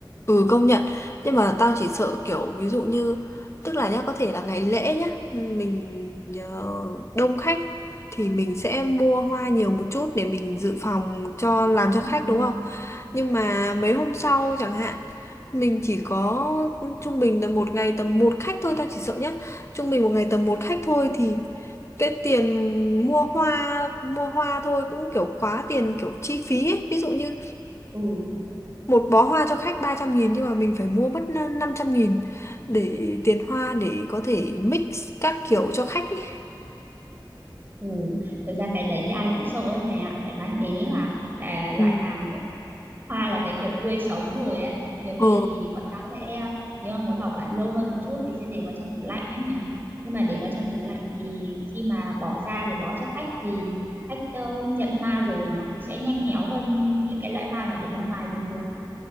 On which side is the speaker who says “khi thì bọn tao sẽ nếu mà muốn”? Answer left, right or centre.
Right